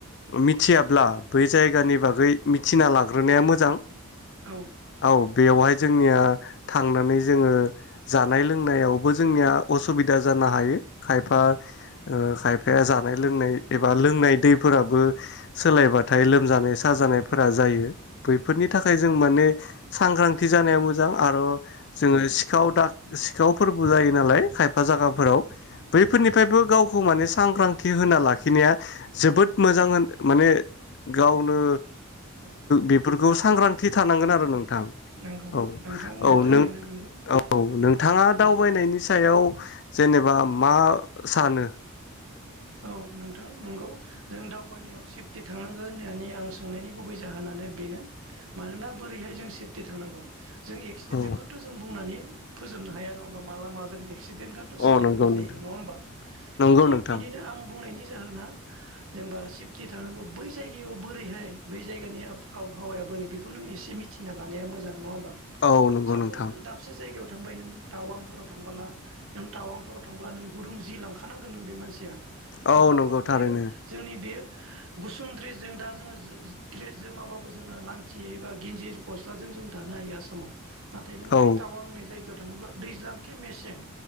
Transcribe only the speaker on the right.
औ।
औ
औ
नंगौ
नोंथां बुंनाया
थारैनो नंगौ
औ नोंथां नंगौ जों दावबायनायाव सेफटि थांनांगोन होननानै आं सोंनायनि गुबै जाहोना नो बेनो मानोना बोरैहाय जों सेफटि थांनांगौ । जों एक्सिडेन्टखौथ'
जों बुंनानै फोजोबनो हाया नङा होमाबा माला मा जागोन। एक्सिडेन्टथ'
सादेनलि
जायो नङा होमबा
थिग
बिदिनो आं बुंनायनि जाहोना जेनबा सेफटि थानांगौ बै जायगायाव बोरैहाय बै जायगानि आबहावाया बोरै बेखौसे मिना लानाया मोजां नङा होमबा
सापस
नों दाबसे जायगायाव थांबाय नों टावांफोराव थांबोला नों टावांफोराव थांब्ला नों गुदुं जि लांखानांगोन नों बे मानसिया
मालाबाबो
बियो
जोंनि बे गुसुं द्रेसजों दा जोङो ड्रेस जोमाबो जोङो लांथियै एबा गिन्जि गस्लाजों जों थानो हायो। नाथाय नों
बै टावां होननाय जायगायाव थाङोब्ला दैज्लां केे मेसें